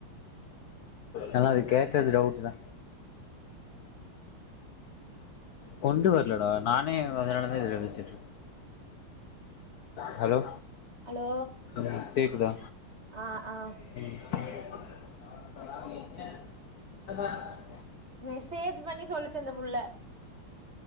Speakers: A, on the left; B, on the right.
A: ஆனா அது கேக்கறது டவுட்டுதா கொண்டு வரலடா நானே அதனாலதா இதுல பேசிட்ருக்க ஹலோ
B: அலோ
A: ம் கேக்குதா
B: ஆ ஆ
A: ம்
B: மெசேஜ் பண்ணி சொல்லிச்சு அந்த புள்ள